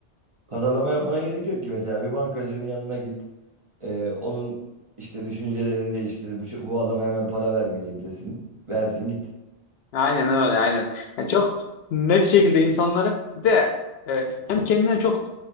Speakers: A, on the right; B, on the left.
A: Pazarlama yapmana gerek yok ki mesela bir bankacının yanına git. Ee, onun işte düşüncelerini değiştir. Bu, bu adama hemen para vermeliyim desin. Versin git.
B: Aynen öyle, aynen. Yani çok net şekilde insanları bir de e, hem kendini çok